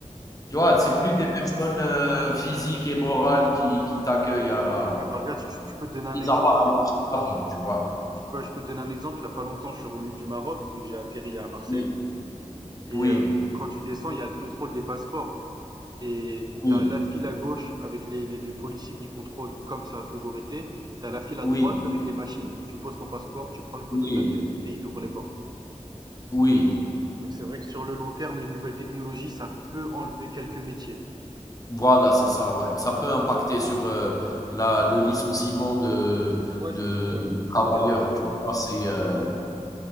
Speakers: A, on the left; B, on the right.
A: tu vois?
B: ouais.
A: C'est plus des personnes, heu, physiques et morales qui qui t'accueillent à la
B: Ouais, ben regarde, je, je peux te donner un
A: mis
B: exemple.
A: à part à l'entrée l'avion, tu vois?
B: Je peux je peux te donner un exemple, il y a pas longtemps, je suis revenu du Maroc, donc j'ai atterri à Marseille
A: Oui,
B: et
A: oui,
B: heu, donc quand tu descends, il y a le contrôle des passeports et
A: oui,
B: t'as la file à gauche avec les les les policiers qui contrôlent comme ça a toujours été, T'as la file à
A: oui,
B: droite avec les machines. Tu poses ton passeport, tu prends une photo
A: oui,
B: de ta tête et ils t'ouvrent les portes.
A: oui.
B: Donc c'est vrai que sur le long terme, les nouvelles technologies, ça peut enlever quelques métiers.
A: Voilà, c'est ça, ouais. Ça peut impacter sur, heu, la le licenciement de
B: Ouais,
A: de
B: c'est sûr, ouais,
A: de
B: je suis
A: travailleurs,
B: tout à fait d'accord.
A: tu vois? C'est, heu